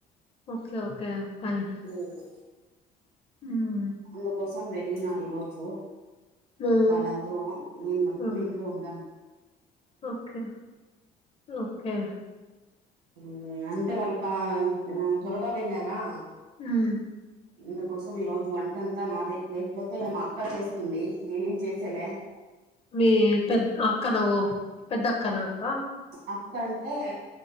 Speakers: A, on the left; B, on the right.
A: ఓకే ఓకే ఫైన్
B: మ్
A: హ్మ్.
B: అందుకోసం వెళ్ళినారు ఈరోజు
A: హ్మ్.
B: వాళ్ళందరూ నేను మత్రం
A: ఓకే.
B: ఇంట్లో ఉన్నను
A: ఓకే ఓకే
B: మ్ అంటే వాళ్ళు కా త్వరగా వెళ్ళారా
A: మ్
B: ఇందుకోసం ఈ రోజు వంటంతా నాదే లేకపోతే నా అక్క చేస్తుంది నేనేం చేసేలే
A: మీ పెద్ అక్కన ఓ పెద్ద అక్కనా అక్క
B: అక్కంటే